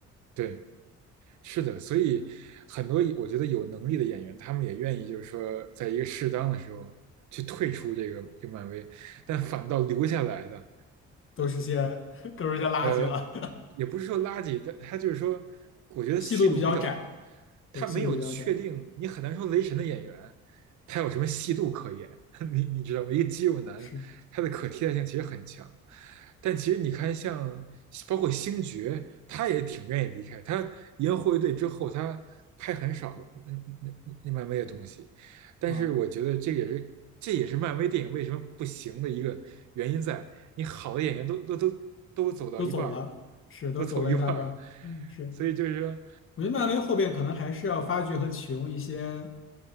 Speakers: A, on the right; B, on the left.
A: 对，是的，所以很多我觉得有能力的演员，他们也愿意就是说，在一个适当的时候去退出这个这个漫威，但反倒留下来的
B: 都是些 <laughs> 都是些垃圾了，
A: 呃，也不是说垃圾，但他就是说，
B: <laughs>
A: 我觉得戏路比较，
B: 戏路比较窄，对，
A: 他没有确定，
B: 戏路比较窄，
A: 你很难说雷神的演员他有什么戏路可言，<laughs> 你你知道吗？一个肌肉男，
B: 是
A: 他的可替代性其实很强，但其实你看像包括星爵，他也挺愿意离开，他赢了护卫队之后，他拍很少嗯那那漫威的东西，但是我觉得这也是这也是漫威电影为什么不行的一个原因在你好的演员都都都都走到一半了，
B: 啊，都走了，是都走了一大半儿，
A: 都走一半了，
B: 嗯，是，
A: 所以就是说
B: 我觉得漫威后边可能还是要发掘和启用一些